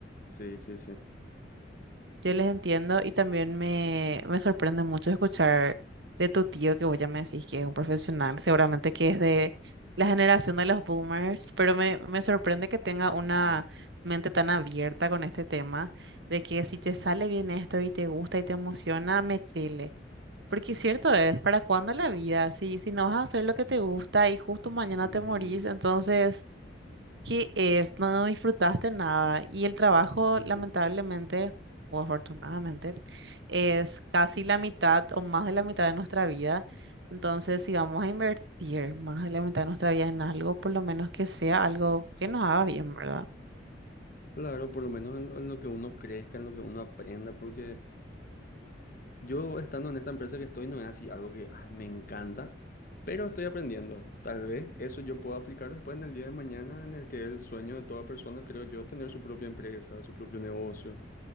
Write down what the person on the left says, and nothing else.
sí, sí, sí.
Mm,
ujú,
ujú.
Claro, por lo menos en, en lo que uno crezca, en lo que uno aprenda, porque Yo estando en esta empresa que estoy no es así algo que ay, me encanta, pero estoy aprendiendo. Tal vez eso yo pueda aplicar después en el día de mañana, en el que es el sueño de toda persona, creo yo, tener su propia empresa, su propio negocio.